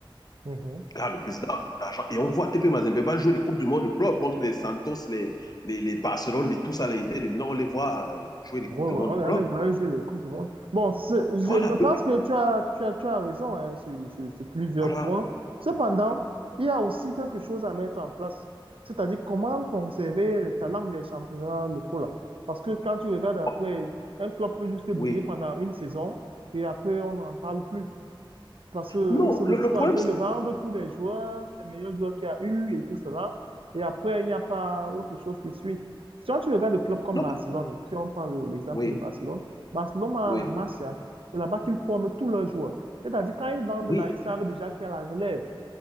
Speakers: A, on the right; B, on the left.
A: Mhm.
B: Regarde, le président a beaucoup d'argent. Et on voit TP Mazembe va jouer les Coupes du Monde de club contre les Santos, les, les, les Barcelone, les tous à l'Inter de Milan. On les voit euh, jouer les
A: Ouais,
B: Coupes
A: ouais,
B: du Monde
A: on
B: de club.
A: est allé voir jouer le Coupe du Monde. Bon, c'est- je,
B: Voilà,
A: je pense
B: le-
A: que tu as, tu as, tu as raison hein, sur, sur- sur plusieurs
B: voilà.
A: points. Cependant, il y a aussi quelque chose à mettre en place, c'est-à-dire comment conserver le talent des championnats locaux là. Parce que quand tu regardes après,
B: Oh,
A: un club peut juste
B: oui.
A: briller pendant une saison et après on n'en parle plus. Parce qu'il
B: Non,
A: se retrouve
B: le, le problème,
A: en train
B: c'est-
A: de vendre tous les joueurs, les meilleurs joueurs qu'il y a eu et tout cela. Et après, il n'y a pas autre chose qui suit. Si on- tu regardes le club comme
B: non,
A: Barcelone,
B: mais-
A: si on prend le- l'exemple
B: oui,
A: de Barcelone, Barcelone a
B: oui,
A: la Masia. C'est là-bas qu'ils forment tous leurs joueurs. C'est-à-dire, quand ils vendent
B: oui,
A: là, ils savent déjà qu'il y a la relève.